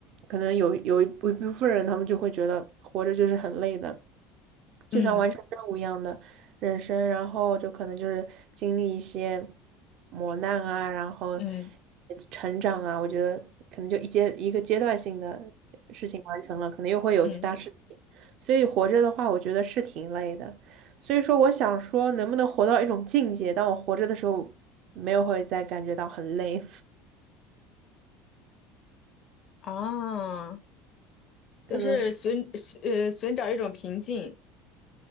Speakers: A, on the right; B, on the left.
A: 可能有有一部一部分人，他们就会觉得活着就是很累的，就像完成任务一样的人生，
B: 嗯
A: 然后就可能就是经历一些磨难啊，然后
B: 嗯
A: 成长啊。我觉得可能就一阶一个阶段性的事情完成了，可能又会有其他事情，
B: 嗯
A: 所以活着的话，我觉得是挺累的。所以说，我想说，能不能活到一种境界，当我活着的时候，没有会再感觉到很累，
B: 啊。
A: <laughs>
B: 就是寻寻呃寻找一种平静。
A: 可能是